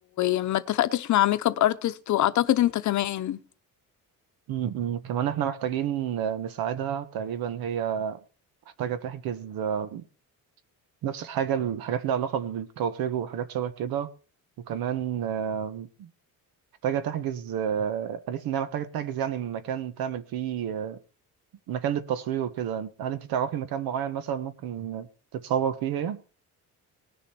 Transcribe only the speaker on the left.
وما اتفقتش مع ميك اب ارتست واعتقد انت كمان